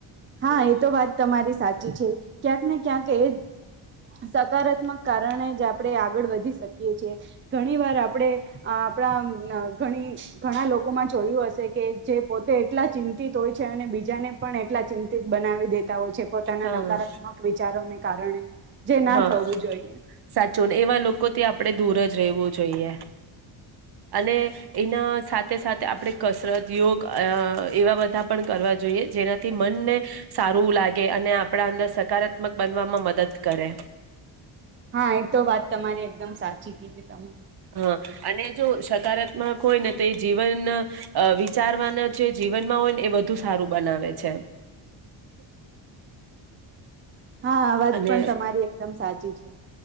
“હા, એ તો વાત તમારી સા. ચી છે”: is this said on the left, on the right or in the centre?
Right